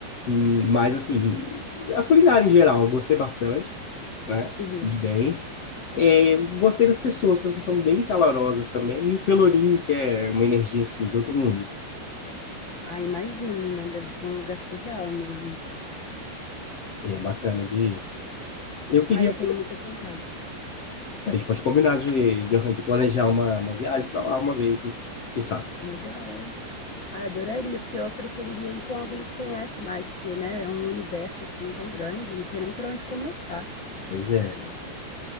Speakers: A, on the left (about 85°); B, on the left (about 65°).
A: hum, mas, assim, a culinária em geral, eu gostei bastante. né?
B: uhum.
A: Comi bem. É, eu gostei das pessoas, as pessoas são bem calorosas também. E o Pelourinho, que é uma energia assim, de outro mundo.
B: Ah, imagino, né? Deve ser um lugar surreal mesmo.
A: É bacana de ir. Eu
B: Ah,
A: queria.
B: eu tenho muita vontade.
A: A gente pode combinar de, de, de planejar uma, uma viagem para lá uma vez, né? quem sabe?
B: Legal. Ah, adoraria, porque eu preferiria ir com alguém que conhece mais, porque, né, é um universo assim tão grande, não sei nem por onde começar,
A: Pois é.
B: sabe?